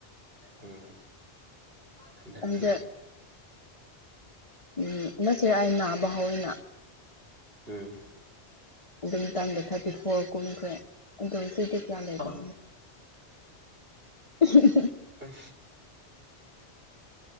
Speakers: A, on the right; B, on the left.
A: ꯎꯝ ꯍꯟꯗꯛꯇꯤ
B: ꯑꯗꯨꯗ ꯎꯝ ꯉꯁꯤ ꯑꯩ ꯅꯥꯕ ꯍꯧꯌ‌ꯦꯅ
A: ꯎꯝ
B: ꯑꯗꯨ ꯇꯥꯡꯗ ꯊꯥꯔꯇꯤ ꯐꯣꯔ ꯀꯨꯝꯈ꯭ꯔꯦ ꯑꯗꯣ ꯍꯧꯖꯤꯛꯇꯤ ꯀꯌꯥ ꯂꯩꯕ
A: ꯑ
B: <unintelligible>
A: ꯑꯁ